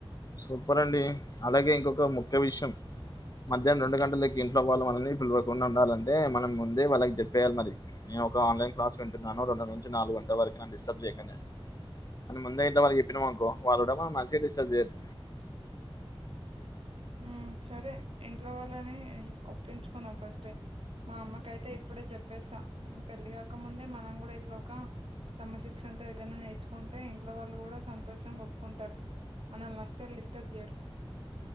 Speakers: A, on the left; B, on the right.
A: సూపర్ అండి అలాగే ఇంకొక ముఖ్య విషయం మధ్యానం రెండు గంటలకి ఇంట్లోవాళ్ళు మనల్ని పిలవకుండా వుండాలంటే మనం ముందే వాళ్ళకి చెప్పేయాలి మరి నేను ఒక ఆన్లైన్ క్లాస్ వింటున్నాను రెండు నుంచి నాలుగు గంటల వరకి నన్ను డిస్టర్బ్ చేయకండి అని అని ముందే ఇంట్లో వాళ్లకి చెప్పినామనుకో వాళ్ళు కూడా మంచిగా డిస్టబ్ చేయరు
B: ఉమ్ సరే ఇంట్లో వాళ్ళని ఒప్పించుకుందాం ఫస్ట్టే మా అమ్మకైతే ఇప్పుడే చెప్పేస్తా పెళ్ళి కాక ముందే మనం కూడా ఇట్ల ఒక క్రమశిక్షణ తో ఏదైనా నేర్చుకుంటే ఇంట్లో వాళ్ళు కూడా సంతోషంగా ఒప్పుకుంటారు మనల్ని అస్సలు డిస్టర్బ్ చేయరు